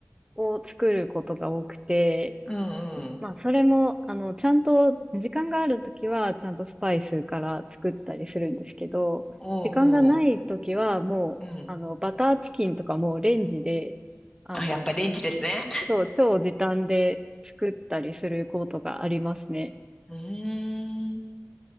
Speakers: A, on the right; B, on the left.
A: ーを作ることが多くて、
B: うん、うん、
A: まあ、それも、あの、ちゃんと、時間があるときは、ちゃんとスパイスから作ったりするんですけど、
B: おうほ
A: 時間がないときは、もう、
B: う、うん。
A: あの、バターチキンとかもうレンジで、あの、
B: あ、やっぱレンジですね。
A: そう、超時短で作ったりすることがありますね。
B: うーん、